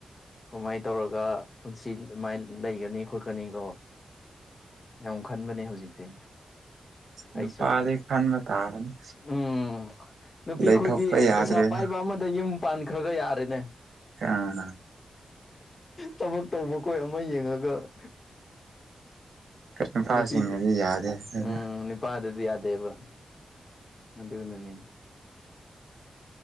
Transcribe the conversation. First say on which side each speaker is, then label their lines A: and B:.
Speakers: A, on the left; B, on the right.
A: ꯀꯃꯥꯏꯅ ꯇꯧꯔꯒ ꯄꯨꯟꯁꯤ ꯑꯗꯨꯃꯥꯏꯅ ꯂꯩꯒꯅꯤ ꯈꯣꯠꯀꯅꯤ ꯀꯣ ꯌꯥꯝ ꯈꯟꯕꯅꯦ ꯍꯧꯖꯤꯛꯇꯤ
B: ꯅꯨꯄꯥꯗꯤ
A: ꯑꯩꯁꯨꯣ
B: ꯈꯟꯕ ꯇꯥꯕꯅꯤ
A: ꯎꯝ ꯅꯨꯞ ꯅꯨꯄꯤ
B: ꯂꯩꯊꯣꯛꯄ
A: ꯑꯩꯈꯣꯏꯗꯤ
B: ꯌꯥꯗ꯭ꯔꯦꯅ
A: ꯄꯩꯁꯥ ꯄꯥꯏꯕ ꯑꯃꯗ ꯌꯨꯝ ꯄꯥꯟꯈ꯭ꯔꯒ ꯌꯥꯔꯦꯅꯦ
B: ꯑꯥ
A: ꯊꯕꯛ ꯇꯧꯕꯈꯣꯏ ꯑꯃ ꯌꯦꯡꯉꯒ <inaudible>
B: ꯅꯨꯄꯥꯁꯤꯡꯅꯗꯤ
A: ꯅꯨꯄꯤꯗꯤ
B: ꯌꯥꯗꯦ ꯑꯗꯨꯅ
A: ꯎꯝ ꯅꯨꯄꯥꯗꯗꯤ ꯌꯥ ꯗꯦꯕ ꯑꯗꯨꯅꯥꯅꯦ